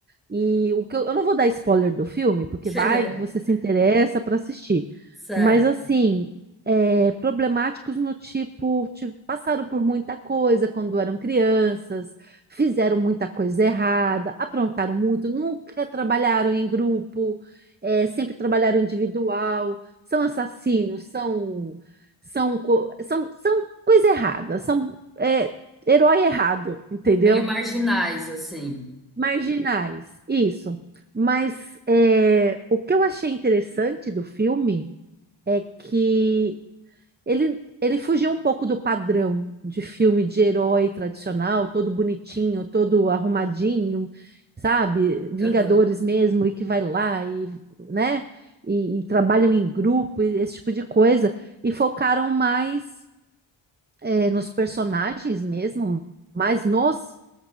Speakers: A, on the right; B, in the centre.
A: E o que eu, eu não vou dar spoiler do filme, porque
B: <laughs>
A: vai que você se interessa para assistir.
B: Certo.
A: Mas assim, é, problemáticos no tipo, ti- passaram por muita coisa quando eram crianças, fizeram muita coisa errada, aprontaram muito, nunca trabalharam em grupo, é, sempre trabalharam individual, são assassinos, são são co- são, são coisa errada, são é, herói errado, entendeu?
B: Meio marginais, assim.
A: Marginais, isso. Mas é, o que eu achei interessante do filme é que ele, ele fugiu um pouco do padrão de filme de herói tradicional, todo bonitinho, todo arrumadinho, sabe? Vingadores
B: Aham.
A: mesmo, e que vai lá e, né? E, e trabalham em grupo, e esse tipo de coisa. E focaram mais, é, nos personagens mesmo, mais nos